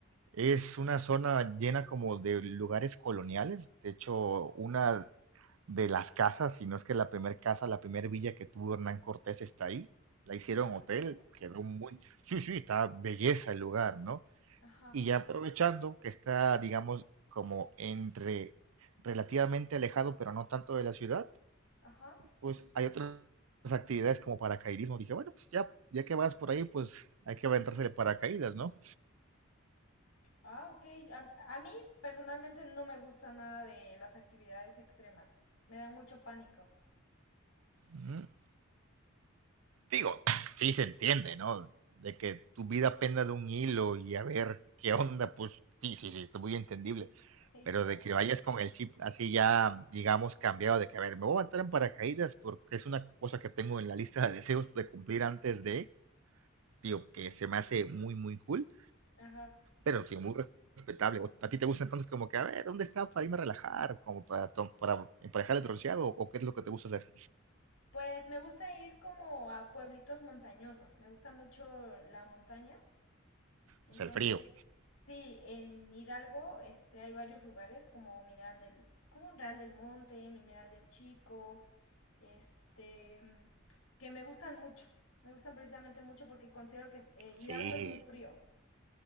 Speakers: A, on the right (about 75°); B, on the left (about 70°).
A: Es una zona llena como de lugares coloniales. De hecho, una de las casas, si no es que la primera casa, la primera villa que tuvo Hernán Cortés está ahí. La hicieron
B: Ah,
A: hotel,
B: ¿en serio?
A: quedó muy... Sí, sí, está belleza el lugar, ¿no?
B: Ajá,
A: Y ya aprovechando que está, digamos, como entre relativamente alejado, pero no tanto de la ciudad,
B: ajá.
A: pues hay otras actividades como paracaidismo. Dije, bueno, pues ya, ya que vas por ahí, pues hay que aventarse de paracaídas, ¿no?
B: Ah, ok. A, mí a mí, personalmente no me gusta nada de las actividades extremas. Me da mucho pánico.
A: Ujú. digo, sí se entiende, ¿no? De que tu vida penda de un hilo y a ver qué onda, pues sí, sí, sí, está muy entendible.
B: Sí,
A: Pero
B: claro.
A: de que vayas con el chip así ya, digamos, cambiado, de que a ver, me voy a entrar en paracaídas porque es una cosa que tengo en la lista de deseos de cumplir antes de, digo, que se me hace muy, muy cool,
B: Ajá.
A: pero sí, muy respetable. ¿O ¿A ti te gusta entonces como que, a ver, ¿dónde está para irme a relajar? Como para, to- para emparejar el bronceado o o qué es lo que te gusta hacer?
B: Pues me gusta ir como a pueblitos montañosos. Me gusta mucho la montaña. Entonces,
A: O sea, el frío.
B: sí, en Hidalgo este, hay varios lugares como Mineral del, como Real del Monte, Mineral del Chico, este, mm, que me gustan mucho. Me gustan precisamente mucho porque considero que es- eh, Hidalgo
A: Sí,
B: es muy frío.